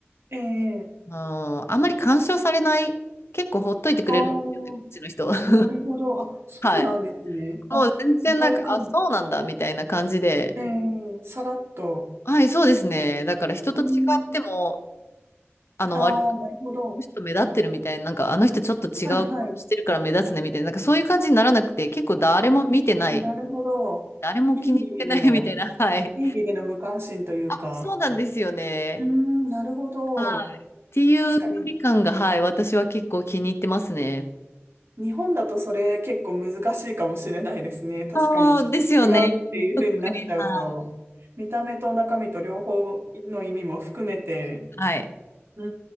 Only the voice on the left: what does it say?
あの、あんまり干渉されない、結構ほっといてくれるんですよね、
こっちの人は。<laughs>
はい。もう全然なんか、
あ、そうなんだ、みたいな感じで。
はい、そうですね。だから人と違っても、
あの、
割
の人目立ってるみたいな、なんかあの人ちょっと違うことしてるから目立つねみたいな、
なんかそういう感じにならなくて、結構誰も見てない、
誰も気に入ってないみたいな、
<laughs> はい。
あ、そうなんですよね。
はい。っていう距離感が、
はい、私は結構気に入ってますね。
そうですよね。特に、はい。
はい。